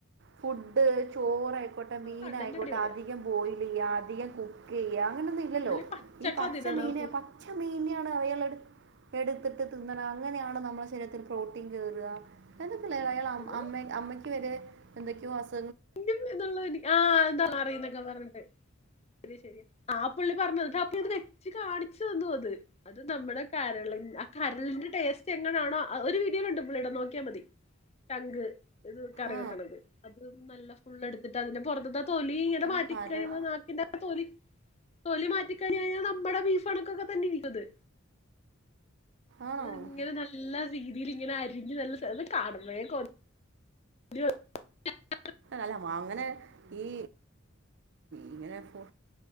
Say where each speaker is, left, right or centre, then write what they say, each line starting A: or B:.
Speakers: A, on the right (about 60°); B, on the left (about 30°).
A: ഫുഡ് ഇത് ചോറായിക്കോട്ടെ മീനായിക്കോട്ടെ
B: കണ്ടന്റ് അടിപൊളിയാ
A: അധികം പോയി അധിക കുക്കി ല്ല്യ. അങ്ങനൊന്നും ഇല്ലല്ലോ
B: പുള്ളി പച്ചക്ക
A: ഈ പച്ച
B: തിന്നണ
A: മീന പച്ചമീൻയാണ് അയാള് എട് എടു ത് ത് തിന്നലാ അങ്ങനെയാണ് നമ്മള ശരീരത്തിൽ പ്രോട്ടീൻ കേറ്ആ. എന്തെ അയാള് അയാളെ
B: ഫുള്ള്
A: അം അമ്മയ് അമ്മയ്ക്ക് വരെ എന്തൊക്കെയോ അസു
B: <unintelligible> ആഹ് അതാ അറിയുന്നൊക്കെ പറഞ്ഞിട്ട്. ശരി ശരി ആ പുള്ളി പറഞ്ഞത്ട്ട് അപ്പൊ ഇത് വെച്ച് കാണിച്ചു തന്നു അത് അത് നമ്മുടെ കരളി ആ കരളിന്റെ ടേസ്റ്റ് എങ്ങനെയാണോ ഒരു വീഡിയോൽ ഉണ്ട് നമ്മളിവിട നോക്കിയാമതി ട്ടങ്ക്. ഇത് കറി
A: ആ
B: വെക്കണത് അത് നല്ല ഫുള് എടുത്തിട്ടതിന്റെ പുറത്ത്ത്തെ തൊലി ഇങ്ങനെ
A: അല്ല
B: മാറ്റി
A: കര
B: കഴിയുമ്പോ നാക്കിന്റെ ആ തൊലി തൊലി മാറ്റി കഴിഞ്ഞയിഞ്ഞാൽ നമ്മുടെ ബീഫ് പണക്കൊക്കെ തന്നെ ഇരിക്കണത്.
A: ആണോ
B: അത് ഇങ്ങനെ നല്ല വീത് ഈല് ഇങ്ങന അരിഞ്ഞ് നല്ല കാണുമ്പൊയെ കൊതി <unintelligible>
A: അല്ല മാ അങ്ങനെ ഈ ഇങ്ങനെ പ്പൊ